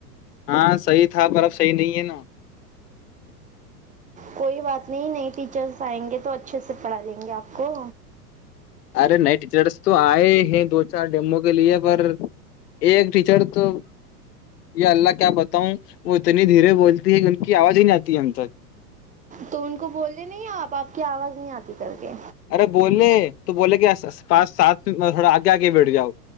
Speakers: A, on the left; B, on the right.
A: ہاں صحیح تھا برف صحیح نہیں ہے نا
B: کوئی بات نہیں نہیں ٹیچرس آئیں گے تو اچھے سے پڑھا دیں گے آپ کو
A: ارے نئے ٹیچرس تو آئے ہیں دو چار ڈمبو کے لیے پر ایک ٹیچر تو یہ اللہ کیا بتاؤں وہ اتنی دھیرے بولتی ہے کہ ان کی آواز ہی نہیں آتی ہم تک
B: تو ان کو بولنے نہیں آپ آپ کی آواز نہیں آتی کر کے
A: ارے بولے تو بولے کہ پانچ سات تھوڑا آگے آ کے بیٹھ جاؤ